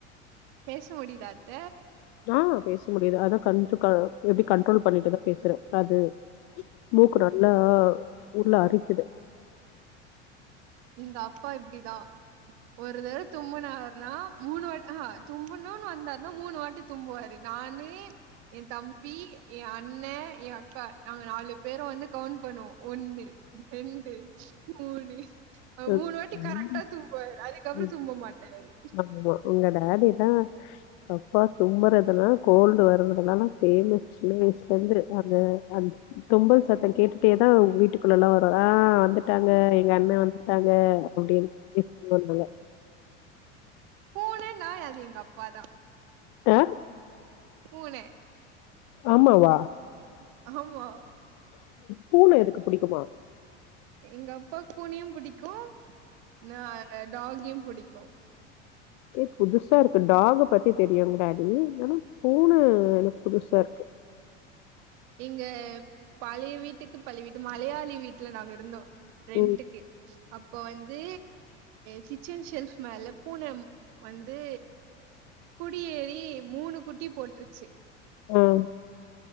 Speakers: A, on the right (about 65°); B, on the left (about 55°).
A: பேச முடியுதா அத்த
B: ஆஹ் பேச முடியுது அதா கஞ்சோ எப்டி கண்ட்ரோல் பண்ணிட்டுதா பேசுற அது மூக்கு னாட் ன்னா உள்ள அரிக்கிது
A: எங்க அப்பா இப்டிதா ஒரு தடவ தும்முனா றா மூணு வாட் ஆஹா தும்புணும்ன்னு வந்தார்ன்னா மூணு வாட்டி தும்புவாரு நானு என் தம்பி என் அண்ண என் அக்கா நாங்க நாலு பேரு வந்து கவுண்ட் பண்ணுவோ ஒன்னு ரெண்டு ச் மூணு
B: ம்
A: மூணு வாட்டி கரெக்டா தும்புவாரு அதுக்கப்றோ
B: ம்.
A: தும்ப மாட்டாரு
B: ஆமா உங்க டாடில்லா அப்பா தும்மறதல்லா கோல்டு வர்றதுலல்லா பேமஸ் சின்ன வயசுலந்து அந்த அ தும்பல் சத்தம் கேட்டுட்டேதா வீட்டுக்குள்ள எல்லா வருவா ஆஹ் வந்துட்டாங்க எங்க அண்ண வந்து ங்க அப்டினு விக்ஸ் மருந்துல
A: பூன நா அது எங்க அப்பாதா
B: ஆ
A: பூன
B: ஆமாவா
A: ஆமா
B: பூன எதுக்கு புடிக்குமா
A: எங்க அப்பாக்கு புனையும் புடிக்கு நா ஆட்டக் டாகியும் புடிக்கு
B: ஏ புதுசா இருக்கு டாக பத்தி தெரியும் முன்னாடி ஆனா பூன எனக்கு புதுசா இருக்கு
A: இங்க பழைய வீட்டுக்கு பழைய வீடு மலையாளி வீட்ல நாங்க இருந்தோ ரெண்ட்டுக்கு
B: ம்
A: அப்போ வந்து கிச்சன் ஷெல்ஃப் மேல பூன வந்து குடியேறி மூணு குட்டி போட்டுருச்சு
B: ஆஹ்